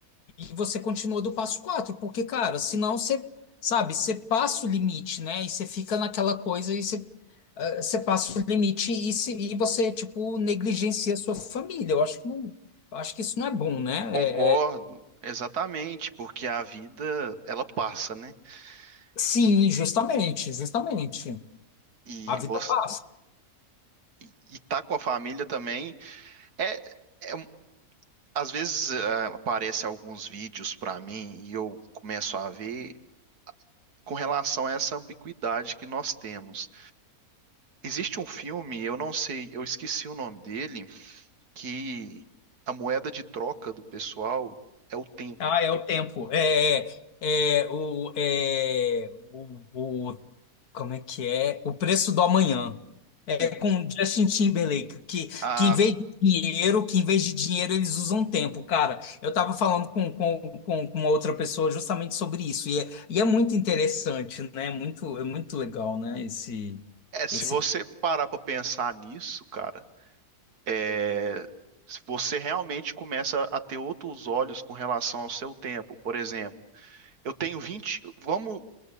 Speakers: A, on the left; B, on the right.
A: e você continua do passo quatro porque, cara, senão você, sabe, você passa o limite, né? E você fica naquela coisa e você, eh, você passa o limite e, se, e você, tipo, negligencia a sua família. Eu acho que não, eu acho que isso não é bom, né?
B: concordo,
A: É, é,
B: exatamente, porque a vida ela passa, né?
A: sim,
B: E,
A: justamente, justamente.
B: e
A: A vida
B: você
A: passa.
B: e e tá com a família também é, é Às vezes eh, aparece alguns vídeos para mim e eu começo a ver com relação a essa ambiguidade que nós temos. Existe um filme, eu não sei, eu esqueci o nome dele, que a moeda de troca do pessoal é o tempo.
A: Ah, é o tempo. É, é, é, o, é o, o- como é que é? O preço do amanhã. É
B: Em-
A: com Justin Timberlake, que,
B: a-
A: que em vez de dinheiro, que em vez de dinheiro eles usam tempo, cara. Eu tava falando com, com, com, com uma outra pessoa justamente sobre isso, e é, e é muito interessante, né? Muito, é muito legal, né? Esse,
B: é, se
A: esse...
B: você parar para pensar nisso, cara, é, se você realmente começa a ter outros olhos com relação ao seu tempo. Por exemplo, eu tenho 20, vamos